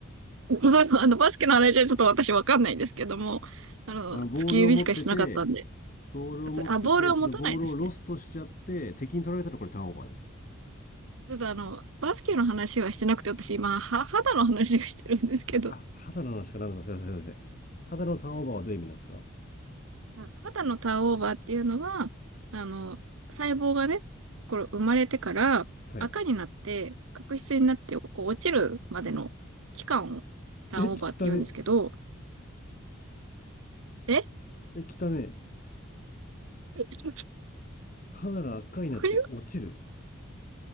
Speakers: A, on the right (about 75°); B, on the left (about 40°).
A: <laughs> そういうの、あの、バスケの話はちょっと私わかんないんですけども、あの、
B: あの、ボールを持ってて、
A: 突き指しかしてなかったんで。
B: ボールを持ってて、
A: あ、ボールを持たないですね。
B: そのボールをロストしちゃって、敵に取られたらこれターンオーバーです。
A: ちょっとあの、バスケの話はしてなくて、私今、は、肌の話をしてるんですけど、
B: あ、肌の話かなんだ。すいません、すいません。肌のターンオーバーはどういう意味なんですかは
A: な肌のターンオーバーっていうのは、あの、細胞がね、これ生まれてから赤になって、
B: いはい。
A: 角質になってこう落ちるまでの期間をターンオーバーって言うんですけど、
B: え、汚ね。
A: え <laughs>
B: え、汚ね。
A: こ
B: 肌が赤になって落ちる。
A: ういう、